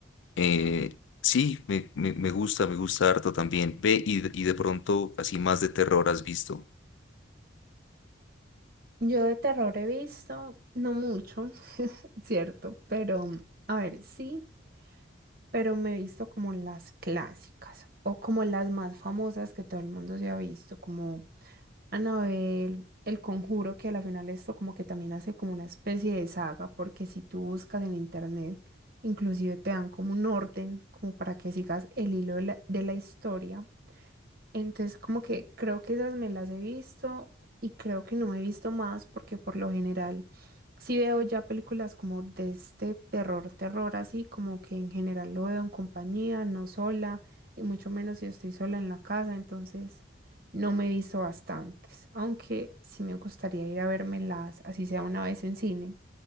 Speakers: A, on the left (about 70°); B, on the right (about 50°).
A: Eh, sí, me, me, me gusta, me gusta harto también. Ve y, de- y de pronto así más de terror has visto.
B: Yo de terror he visto, no mucho, <laughs> cierto, pero mm, a ver, sí, pero me he visto como las clásicas o como las más famosas que todo el mundo se ha visto, como Anabel, El Conjuro, que a la final esto como que también hace como una especie de saga, porque si tú buscas en internet, inclusive te dan como un orden, como para que sigas el hilo de la, de la historia. Entonces, como que creo que esas me las he visto y creo que no me he visto más porque por lo general sí veo ya películas como de este terror, terror así, como que en general lo veo en compañía, no sola y mucho menos si estoy sola en la casa, entonces no me he visto bastantes, aunque sí me gustaría ir a vermelas, así sea una vez en cine,